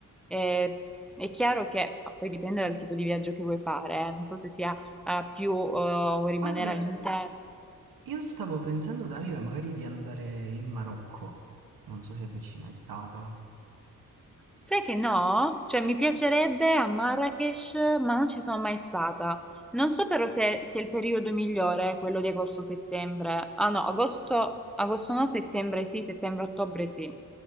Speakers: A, in the centre; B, on the right (about 80°).
A: E- è chiaro che ah, poi dipende dal tipo di viaggio che vuoi fare, eh, Non so se sia ah, più eh, vuoi rimanere
B: Guarda,
A: all'interno.
B: io stavo pensando, Dalila, magari di andare in Marocco. Non so se te ci sei mai stata.
A: Sai che no? Cioè mi piacerebbe a Marrakesh, ma non ci sono mai stata. Non so però se sia il periodo migliore, quello di agosto-settembre. Ah no, agosto, agosto no, settembre sì, settembre-ottobre sì.